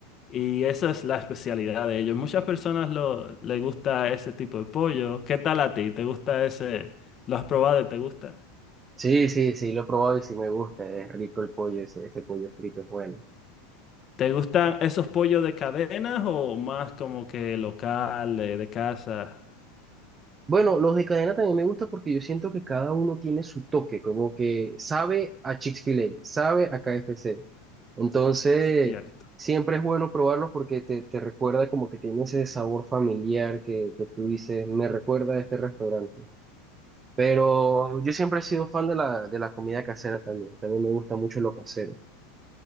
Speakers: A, on the left; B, on the right.
A: y esa es la especialidad de ellos. Muchas personas lo, les gusta ese tipo de pollo. ¿Qué tal a ti? ¿Te gusta ese? ¿Lo has probado y te gusta?
B: Sí, sí, sí, lo he probado y sí me gusta. Es rico el pollo, ese, ese pollo frito es bueno.
A: ¿Te gustan esos pollos de cadenas o más como que locales, de casa?
B: Bueno, los de cadena también me gusta porque yo siento que cada uno tiene su toque, como que sabe a Chick-fil-A, sabe a KFC. Entonces,
A: Cierto.
B: siempre es bueno probarlos porque te, te recuerda como que tiene ese sabor familiar que, que tú dices, me recuerda a este restaurante. Pero yo siempre he sido fan de la, de la comida casera también, también me gusta mucho lo casero.